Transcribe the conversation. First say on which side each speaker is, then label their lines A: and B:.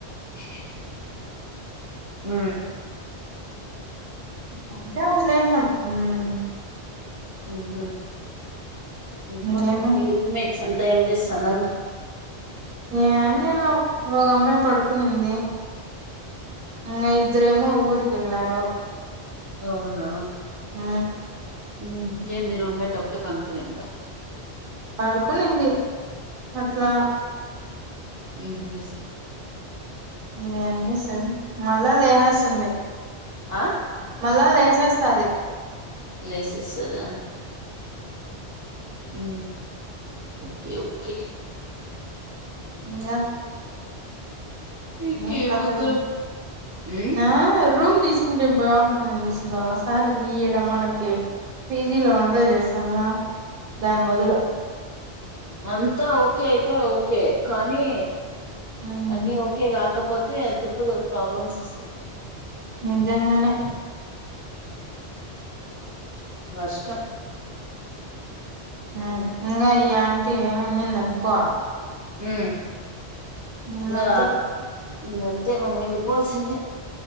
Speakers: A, on the right; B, on the right.
A: వేరే డబ్బు ఊ
B: ఆ జాబు లేదు నాకు ఊ
A: ఏం లేద్ ఇంకా
B: ఇంగేమి
A: మీ రూమ్మేట్స్ అంతా ఏం చేస్తున్నారు
B: ఏం జేయలో ఒక అమ్మాయి పడుకునింది ఇంకా ఇద్దరేమో ఊరుకి ఎలారు
A: అవునా
B: ఆ
A: ఊ ఏ మీ రూమ్ మెట్ అప్పుడే పడుకోనిందా
B: పడుకునింది అట్లా
A: ఏం మిస్డ్
B: ఇంగేమ్ జేసం మళ్ళా లేహేస్తుంది
A: అ
B: మళ్ళా లేచేస్తది
A: లేసెస్తదా ఈ ఓకే ఓకే
B: ఇంగా
A: నీకేమద్దాం
B: ఏం కథలు
A: హ్మ్.
B: ఆ రూమ్ తీస్ అంటే బాగుంటుంద అనిపిస్తుంది ఒకసారి ఈ ఏడ మనకి పీజీలో వంటలు చేస్తాను ల దాని బదులు
A: అంతా ఓకే అయితే ఓకే కానీ
B: మ్
A: అన్ని ఓకే కా కాకపోతే అద్దప్పుడు ప్రాబ్లమ్స్ వస్తాయి
B: నిజంగానే
A: ఆ వష్టం
B: ఊ ఇంకా ఈ ఆంటీ ఏం ఉన్నింది అనుకో
A: ఊ
B: ఇంగంతే
A: ఇంగో ఇంగంతే మనం వెళ్ళిపోల్సిందే